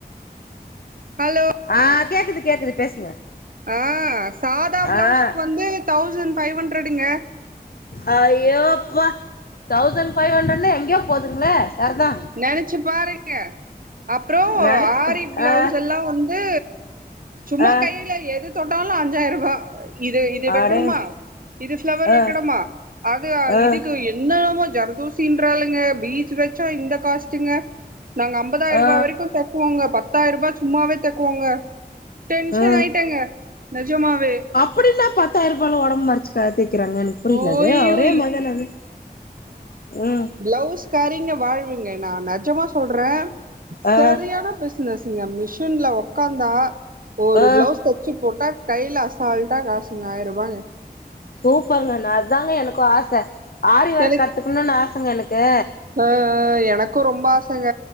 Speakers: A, on the right (about 55°); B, on the left (about 65°).
A: ஹலோ
B: ஆ கேக்குது கேக்குது பேசுங்க
A: ஆ சாதா ப்ளௌசுக்கு
B: ஆ
A: வந்து தௌசண்ட் ஃபைவ் ஹண்ட்ரடுங்க
B: அ ஐயோப்பா தௌசண்ட் ஃபைவ் ஹண்ட்ரட்ன்னா எங்யோ போதுங்களே சர்தா
A: நெனச்சு பாருங்க அப்றோ
B: நினைச்சு
A: ஆரி ப்ளௌஸ்
B: ஆ
A: எல்லா வந்து சும்மா
B: ஆ
A: கையில எது தொட்டாலு அஞ்சாயிரரூபா இது இது வெக்கணுமா
B: அடேங்க
A: இது ஃப்ளவர்
B: ஆ
A: வெக்கணுமா அது
B: ஆ
A: இதுக்கு எ என்னமோ ஜர்தோஷின்றாளுங்க பீட்ஸ் வெச்சா இந்த காஸ்டுங்க நாங்க அம் பதாய்ர்ருபா
B: ஆ
A: வரைக்கு தெக்குவோங்க பத்தாய்ர்ருபா சும்மாவே தெக்குவோங்க டென்ஷன்
B: ஆ
A: ஆய்ட்டேங்க நெஜமாவே
B: அப்பிடி என்ன பத்தாய்ர்ருபால ஒடம்பு மடிச்சு கே தெக்கிறாங்கன் புரில
A: ஓய்யோ
B: அது ஒரே மாரி தான அது ம்
A: ப்ளவுஸ் காரிங்க வாழ்வுங்க நா நெஜமா சொல்றே செரியான
B: ஆ
A: பிஸ் னஸ்ங்க மிஷின்ல ஒக்காந்தா ஒரு
B: ஆ
A: ப்ளவுஸ் தெச்சு போட்டா கைல அசால்ட்டா காசுங்க ஆயிர்ருபாங்க
B: சூப்பர்ங்க நா அதாங்க எனக்கு ஆச ஆரி ஒர்க்
A: எனக்கு
B: கத்துக்குனுன் ஆசங்க எனக்கு
A: ஆ ஆ எனக்கு ரொம்ப ஆசங்க